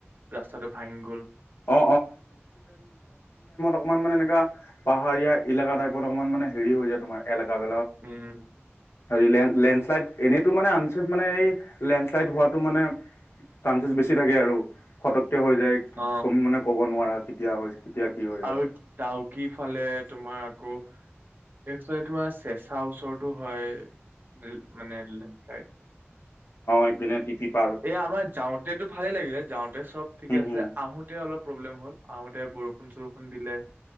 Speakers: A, on the right; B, on the left.
A: ৰাস্তাটো ভাঙি গ'ল
B: অ অকণমান মানে এনেকা পাহাৰীয়া এলেকা টাইপত অকণমান মানে হেৰি হৈ যায় তোমাৰ এলেকা <unintelligible>
A: উম
B: হ লেণ্ডশ্লাইড এনেতটো মানে আনচেফ মানে এই লেণ্ডছ্লাইড হোৱাটো মানে চানসেচ বেছি থাকে আৰু ফতককে হৈ যায়
A: অ
B: কমি মানে ক'ব নোৱাৰা কেতিয়া হৈ কেতিয়া কি যায়
A: আৰু ডাউক ফালে তোমাৰ আকৌ এইফালে তোমাৰ চেচা ওচৰতৰতটো হয় মানোই
B: অপিনে টিপি প
A: এ আমাৰ যাওঁতেতো ভালেই লাগিলে যাওঁতে চব ঠিকে
B: হুম,
A: আছিলে
B: হুম,
A: আহোতে অলপ প্ৰব্লেম হ'ল আহোঁতে বৰষুণ- চৰষুণ দিলে